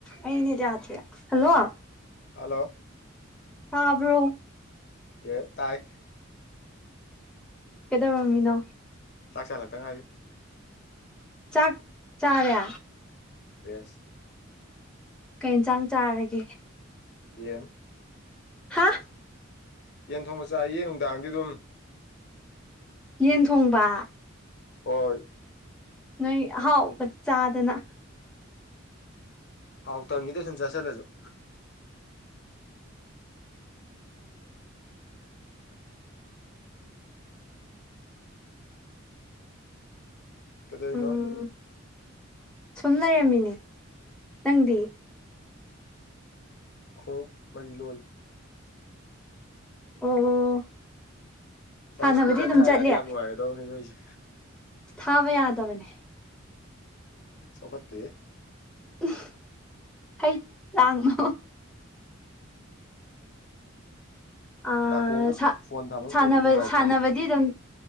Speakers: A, in the centre; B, on the left.
A: ꯑꯩ ꯅꯦꯠ ꯌꯥꯗ꯭ꯔꯦ hello
B: hello
A: ꯇꯥꯕ꯭ꯔꯣ
B: ꯌꯦ ꯇꯥꯏ
A: ꯀꯦꯗꯧꯔꯝꯃꯤꯅꯣ
B: ꯆꯥꯛ ꯆꯥ ꯂꯥꯛꯇ ꯉꯥꯏꯔꯤ
A: ꯆꯥꯛ ꯆꯥꯔꯦ
B: ꯌꯦꯁ
A: ꯀꯩ ꯏꯟꯖꯥꯡ ꯆꯥꯔꯒꯦ
B: ꯌꯦꯝ
A: ꯍꯥ
B: ꯌꯦꯟ ꯊꯣꯡꯕ ꯆꯥꯏꯌꯦ ꯅꯨꯡꯗꯥꯡꯗꯤ ꯗꯨꯝ
A: ꯌꯦꯟ ꯊꯣꯡꯕꯥ
B: ꯍꯣꯏ
A: ꯅꯣꯏ ꯑꯍꯥꯎ ꯕꯠ ꯆꯥꯗꯅ
B: ꯍꯥꯎꯇꯝꯅꯤꯗ ꯁꯨꯝ ꯆꯥꯁꯜꯂꯖꯨ
A: <inaudible>
B: ꯀꯩꯗꯧꯔꯤꯅꯣ
A: ꯎꯝ ꯁꯨꯝ ꯂꯩꯔꯝꯃꯤꯅꯦ ꯅꯪꯗꯤ
B: ꯈꯣꯡꯎꯞ ꯃꯔꯤ ꯂꯣꯜꯂꯤ
A: ꯑꯣ ꯁꯥꯟꯅꯕꯗꯤ
B: ꯂꯥꯎꯠ ꯏꯁꯄꯤꯀꯔ
A: ꯑꯗꯨꯝ
B: ꯊꯥ
A: ꯆꯠꯂꯤ
B: ꯌꯥꯔꯗꯤ ꯌꯥꯝ ꯅꯨꯡꯉꯥꯏꯒꯗꯕꯅꯦ ꯅꯣꯏꯖꯦ
A: ꯊꯥꯕ ꯌꯥꯗꯕꯅꯦ
B: ꯆꯥꯎꯈꯠꯇꯦꯍꯦ
A: ꯎꯝ ꯍꯩꯠ ꯂꯥꯡꯅꯣ ꯑ
B: ꯅꯥꯀꯣꯡꯗ
A: ꯁꯥ
B: ꯐꯣꯟ ꯊꯝꯃꯒ
A: ꯁꯥꯟꯅꯕ
B: ꯇꯧꯕꯁꯨ ꯅꯨꯡꯉꯥꯏꯇꯕꯩ
A: ꯁꯥꯟꯅꯕꯗꯤ ꯗꯨꯝ